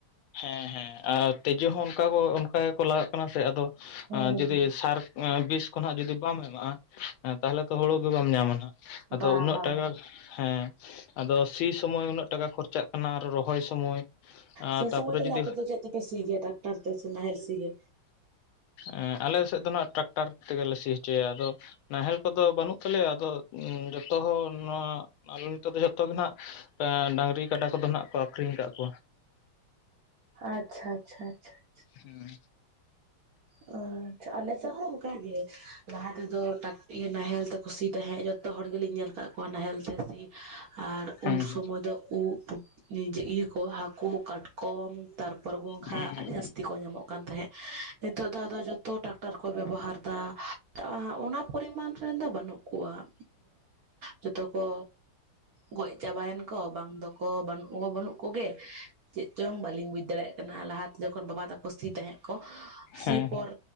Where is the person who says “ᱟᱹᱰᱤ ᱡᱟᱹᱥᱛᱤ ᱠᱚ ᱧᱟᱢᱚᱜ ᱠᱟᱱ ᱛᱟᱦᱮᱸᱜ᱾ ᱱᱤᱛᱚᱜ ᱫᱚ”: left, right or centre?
Right